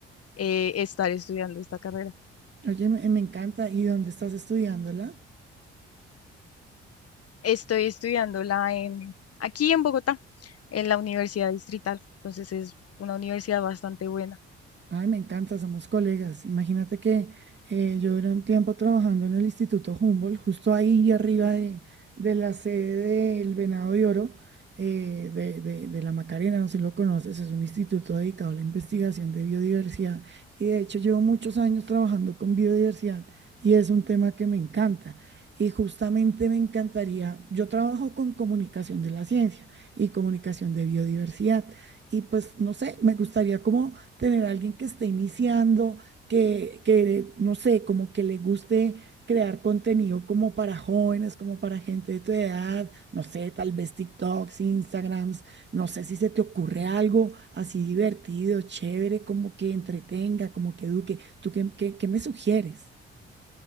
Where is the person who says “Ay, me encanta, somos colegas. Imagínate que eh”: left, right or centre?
Right